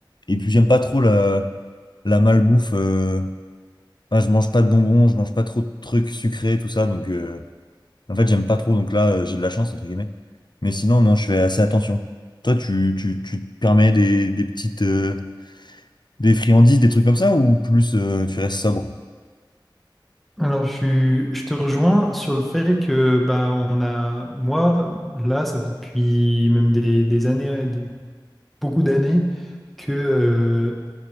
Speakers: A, on the left; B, in the centre.
A: et puis j'aime pas trop la, la malbouffe. euh, Ah, je mange pas de bonbons, je mange pas trop de trucs sucrés, tout ça. Donc, euh, en fait, j'aime pas trop. Donc là, euh, j'ai de la chance, entre guillemets. Mais sinon, non, je fais assez attention. Toi, tu, tu, tu te permets des, des petites, euh, des friandises, des trucs comme ça, ou plus euh, tu restes sobre?
B: Alors, je, suis- je te rejoins sur le fait que bah, on a, moi, là, ça fait depuis même des, des années, beaucoup d'années que euh,